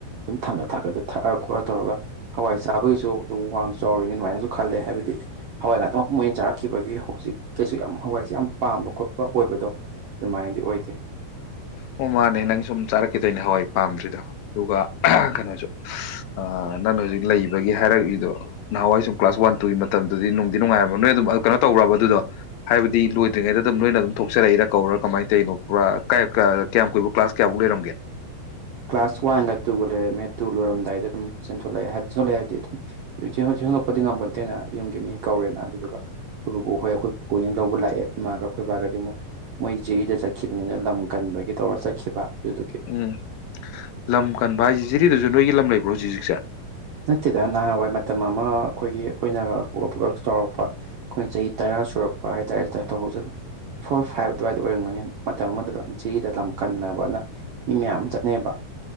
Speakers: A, on the right; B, on the left.
A: ꯑꯗꯨꯝ ꯊꯥꯡꯒꯠ ꯊꯥꯡꯒꯠꯇꯅ ꯊꯛꯑ ꯈꯣꯠ ꯂ ꯇꯧꯔꯒ ꯍꯋꯥꯏ ꯆꯥꯕꯒꯤꯁꯨ ꯑꯗꯨꯝ ꯋꯥꯡ ꯆꯥꯎꯔꯤꯅꯤ ꯑꯗꯨꯃꯥꯏꯅꯁꯨ ꯈꯜꯂꯦ ꯍꯥꯏꯕꯗꯤ ꯍꯋꯥꯏ ꯉꯥꯛꯇꯪ ꯃꯄꯨꯡ ꯑꯣꯏꯅ ꯆꯥꯔꯛꯈꯤꯕꯒꯤ ꯍꯧꯖꯤꯛ ꯀꯩꯁꯨ ꯌꯥꯝ ꯍꯋꯥꯏꯁꯦ ꯌꯥꯝ ꯄꯥꯝꯕ ꯈꯣꯠꯄ ꯑꯣꯏꯕꯗꯣ ꯑꯗꯨꯃꯥꯏꯅꯗꯤ ꯑꯣꯏꯗꯦ
B: ꯑꯣ ꯃꯥꯅꯦ ꯅꯪ ꯁꯨꯝ ꯆꯥꯔꯛꯈꯤ ꯇꫭꯏꯅꯦ ꯍꯋꯥꯏ ꯄꯥꯝꯗ꯭ꯔꯤꯗꫭ ꯑꯗꯨꯒ ꯑ ꯀꯩꯅꯣꯁꯨ ꯑ ꯅꯪꯅ ꯍꯧꯖꯤꯛ ꯂꯩꯕꯒꯤ ꯍꯥꯏꯔꯛꯏꯗꯣ ꯅꯍꯥꯟꯋꯥꯏ ꯁꯨꯝ ꯀ꯭ꯂꯥꯁ ꯋꯥꯟ ꯇꯨꯒꯤ ꯃꯇꯝꯗꯨꯗꯤ ꯅꯨꯡꯗꯤ ꯅꯨꯡꯉꯥꯏꯔꯃꯣꯏ ꯑꯗꯨꯝ ꯀꯩꯅꯣ ꯇꯧꯔꯕ ꯑꯗꯨꯗꯣ ꯍꯥꯏꯕꯗꯤ ꯂꯣꯏꯗ꯭ꯔꯤꯉꯩꯗ ꯑꯗꯨꯝ ꯅꯣꯏꯅ ꯑꯗꯨꯝ ꯊꯣꯛꯆꯔꯛꯏꯔ ꯀꯧꯔꯥ ꯀꯃꯥꯏꯅ ꯇꯧꯔꯤꯅꯣ ꯄꯨꯔꯥ ꯀꯥꯏ ꯀ ꯀꯌꯥꯝ ꯀꯨꯏꯕꯧ ꯀ꯭ꯂꯥꯁ ꯀꯌꯥꯐꯧ ꯂꯩꯔꯝꯒꯦ
A: ꯀ꯭ꯂꯥꯁ ꯋꯥꯟꯒ ꯇꯨꯒ ꯂꯩꯔꯝꯃꯦ ꯇꯨ ꯂꯣꯏꯔꯝꯗꯥꯏꯗ ꯑꯗꯨꯝ ꯆꯦꯟꯊꯣꯛꯂꯛꯑꯦ ꯍꯥꯏꯕ ꯆꯦꯟꯊꫭꯂꯛꯑꯦ ꯍꯥꯏꯕꯗꯤ ꯑꯗꯨꯝ ꯆꯦꯟꯂꯛꯄꯗꯤ ꯉꯝꯕꫭꯟꯇꯦꯅ ꯌꯨꯝꯒꯤ ꯃꯤ ꯀꯧꯔꯦꯅ ꯑꯗꯨꯗꯨꯒ ꯑꯩꯈꯣꯏ ꯕꯨꯕꫭꯛ ꯍꯣꯏ ꯑꯩꯈꯣꯏ ꯄꯨꯄꯨ ꯍꫭꯏꯅ ꯂꯧꯕ ꯂꯥꯛꯑꯦ ꯑꯩꯈꯣꯏ ꯏꯃꯥꯒ ꯑꯩꯈꯣꯏ ꯕꯥꯒꯗꯤ ꯑꯃꯨꯛ ꯃꯣꯏ ꯖꯤꯔꯤꯗ ꯆꯠꯈꯤꯕꯅꯤꯅ ꯂꯝ ꯀꯟꯕꯒꯤ ꯇꯧꯔ ꯆꯠꯈꯤꯕ ꯑꯗꯨꯗꯨ
B: ꯎꯝ ꯂꯝ ꯀꯟꯕ ꯍꯥꯏꯁ‌ꯦ ꯖꯤꯔꯤꯗꯁꯨ ꯅꯣꯏꯒꯤ ꯂꯝ ꯂꯩꯕ꯭ꯔꯣ ꯍꯧꯖꯤꯛ ꯍꯧꯖꯤꯛꯁꯦ
A: ꯅꯠꯇꯦꯗ ꯅꯍꯥꯟꯋꯥꯏ ꯃꯇꯝ ꯑꯃ ꯑꯩꯈꯣꯏꯒꯤ ꯑꯩꯈꯣꯏꯅ ꯄꯨꯡ ꯀꯛ ꯄꯨꯡ ꯀꯛ ꯆꯥꯎꯔꯛꯄ ꯑꯩꯈꯣꯏꯅ ꯆꯍꯤ ꯇꯔꯥ ꯁꯨꯔꯛꯄ ꯍꯥꯏꯇꯥꯔꯦꯗ ꯇꯨ ꯊꯥꯎꯖꯟ ꯐꯣꯔ ꯐꯥꯏꯚ ꯑꯗꯨꯋꯥꯏꯗ ꯑꯣꯏꯔꯝꯒꯅꯤ ꯃꯇꯝ ꯑꯃꯗꯨꯗ ꯆꯍꯤꯗ ꯂꯝ ꯀꯟꯅꯕꯅ ꯃꯤ ꯃꯌꯥꯝ ꯑꯃ ꯆꯠꯅꯩꯕ